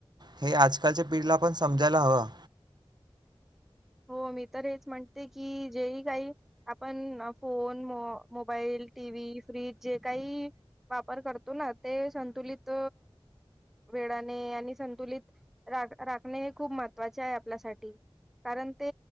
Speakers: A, on the right; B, in the centre.
A: हे आजकालच्या पिढीला पण समजायला हवं
B: हो मी तर हेच म्हणते की, जेही काही आपण फोन मोबाईल, टीव्ही, फ्रीज जे काही वापर करतो ना ते संतुलित वेळाने आणि संतुलित रा राखणे हे खूप महत्वाचे आहे आपल्यासाठी. कारण ते